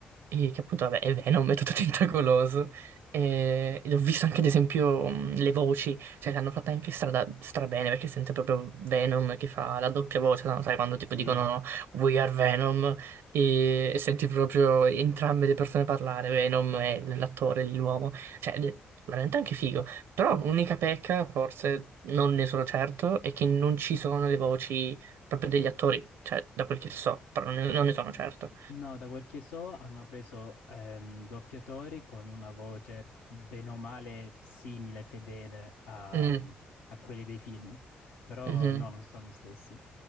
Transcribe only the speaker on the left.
Sì,
no, da quel che so hanno preso ehm, doppiatori con una voce bene o male simile, fedele a,
mm, a quelli dei film, però
no, non sono gli stessi.